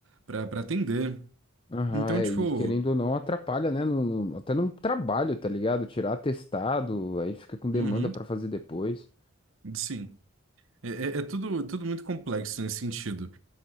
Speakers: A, on the right; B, on the left.
A: para atender.
B: Aham,
A: Então,
B: é,
A: tipo,
B: e querendo ou não, atrapalha, né? No, no- até no trabalho, tá ligado? Tirar atestado, aí fica com
A: uhum,
B: demanda pra fazer depois.
A: sim. É, é- é tudo, tudo muito complexo nesse sentido.